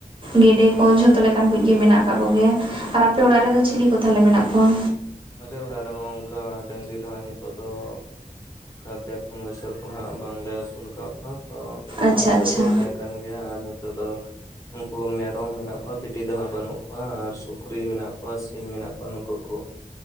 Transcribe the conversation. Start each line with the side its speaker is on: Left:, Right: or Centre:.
Right: ᱜᱮᱰᱮ ᱠᱚ ᱡᱷᱚᱛᱚ ᱞᱮᱠᱟᱱ ᱠᱩᱡᱽ ᱜᱮ ᱢᱮᱱᱟᱜ ᱟᱠᱟᱫ ᱠᱚᱜᱮᱭᱟ ᱟᱨ ᱟᱯᱮ ᱚᱲᱟᱜ ᱨᱮᱫᱚ ᱪᱤᱞᱤ ᱠᱚ ᱛᱟᱦᱞᱮ ᱢᱮᱱᱟᱜ ᱠᱚᱣᱟ?
Left: ᱟᱞᱮ ᱚᱲᱟᱜ ᱨᱮᱦᱚᱸ ᱚᱱᱠᱟ ᱰᱟᱹᱝᱨᱤ ᱫᱚ ᱦᱟᱸᱜ ᱦᱟᱸᱜ ᱱᱤᱛᱚᱜ ᱫᱚ ᱚᱱᱠᱟ ᱯᱮ ᱯᱩᱱ ᱵᱚᱪᱷᱚᱨ ᱠᱷᱚᱱ ᱦᱟᱸᱜ ᱵᱟᱝᱞᱮ ᱟᱹᱥᱩᱞ ᱟᱠᱟᱫ ᱠᱚᱣᱟ ᱛᱚ, ᱞᱟᱦᱟ
Right: ᱟᱪᱪᱷᱟ
Left: ᱛᱮᱫᱚ
Right: ᱟᱪᱪᱷᱟ
Left: ᱠᱚ ᱛᱟᱦᱮᱸ ᱠᱟᱱᱟ᱾ ᱠᱟᱱ ᱜᱮᱭᱟ ᱟᱨ ᱱᱤᱛᱚᱜ ᱫᱚ ᱩᱱᱠᱩ ᱢᱮᱨᱚᱢ ᱢᱮᱱᱟᱜ ᱠᱚᱣᱟ, ᱵᱷᱤᱰᱤ ᱫᱚ ᱦᱟᱸᱜ ᱵᱟᱹᱱᱩᱜ ᱠᱚᱣᱟ ᱟᱨ ᱥᱩᱠᱨᱤ ᱢᱮᱱᱟᱜ ᱠᱚᱣᱟ, ᱥᱤᱢ ᱢᱮᱱᱟᱜ ᱠᱚᱣᱟ, ᱱᱩᱠᱩ ᱠᱚ᱾